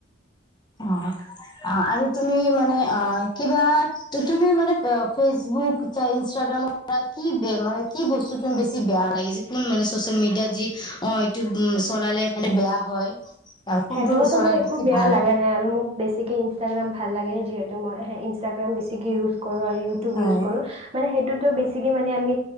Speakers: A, on the left; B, on the right.
A: অ', অ আৰু তুমি মানে অ', কিবা তু তুমি মানে ফ ফেচবুক ইনষ্টাগ্ৰাম পৰা কি বে মানে কি বস্তু বেছি বেয়া লাগি ম চচ মিডিয়াত যি অ', এইটো চলালে মানে বেয়া হয়। আৰু কোনটো
B: সেনেকুৱা
A: চলালে
B: মই একো
A: বেছি
B: বেয়া
A: ভাল
B: লাগা
A: হয়।
B: নাই আৰু মোক। বেছিকে ইনষ্টাগ্ৰাম ভাল লাগে যিহেতু ম‌ই ইনষ্টাগ্ৰাম বেছিকে ইউজ। কৰো আৰু ইউটিউব
A: হয়,
B: ইউজ কৰু মানে সেইটোত। বেছিকে মানে আমি